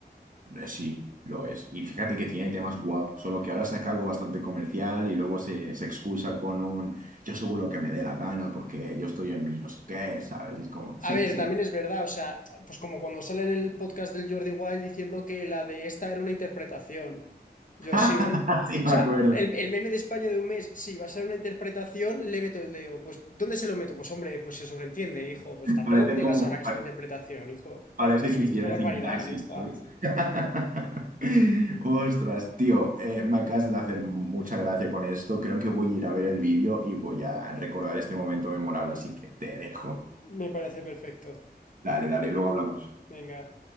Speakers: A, on the right; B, on the left.
A: Eh, Sí, lo es. Y fíjate que tiene temas guap, solo que ahora saca algo bastante comercial y luego se, se excusa con un yo subo lo que me dé la gana porque yo estoy en mi no sé qué, ¿sabes? Y es como,
B: A
A: sí,
B: ver,
A: sí.
B: también es verdad, o sea, pues como cuando sale en el podcast del Jordi Wild diciendo que la de esta era una interpretación. Yo
A: <laughs>
B: sí, una... O
A: Sí, me
B: sea,
A: acuerdo.
B: el, el meme de España de un mes, sí, va a ser una interpretación, le meto el dedo. Pues, ¿dónde se lo meto? Pues, hombre, pues se sobreentiende, hijo. Pues tampoco
A: Parece
B: digas
A: como.
B: ahora que es una interpretación, hijo. O
A: Parece
B: sea, subiste
A: que hiciera
B: una barbaridad,
A: sintaxis,
B: ya está.
A: ¿sabes? <laughs> Ostras, tío, eh, me acabas de hacer mucha gracia con esto. Creo que voy a ir a ver el vídeo y voy a recordar este momento memorable, así que te dejo.
B: Me parece perfecto.
A: Dale, dale, luego hablamos.
B: Venga.